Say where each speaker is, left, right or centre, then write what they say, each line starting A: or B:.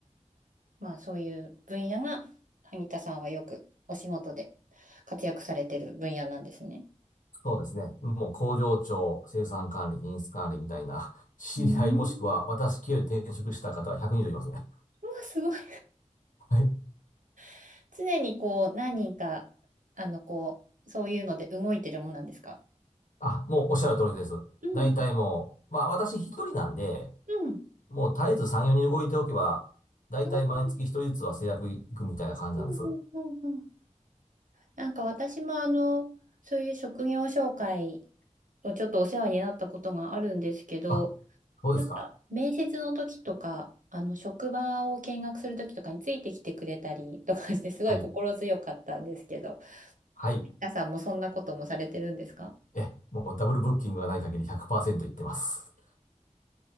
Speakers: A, on the right (about 85°); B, on the left (about 85°).
A: まあそういう分野が、萩田さんはよくお仕事で活躍されてる分野なんですね。
B: そうですね。もう工場長、生産管理、品質管理みたいな、<laughs> 知り合いもしくは私経由で転職した方は120いますね。
A: うーん。うわ、すごい。
B: <laughs> はい。
A: <laughs> 常にこう、何人か、あの、こう、そういうので動いてるもんなんですか
B: あ、もうおっしゃる通りです。
A: うんうん。
B: 大体もう、まあ私一人なんで、
A: うん。
B: もう絶えず産業にん動いておけば、大体毎月一人ずつは制約いくみたいな感じなんです。
A: あーうんうんうんうんなんか私もあの、そういう職業紹介をちょっとお世話になったことがあるんですけど、
B: あ、そうですか。
A: なんか、面接の時とか、あの、職場を見学する時とかについてきてくれたりとかして、すごい心強かったんですけど、
B: はい。はい。
A: 皆さんもそんなこともされてるんですか
B: え、もうダブルブッキングがない限り100%いってます。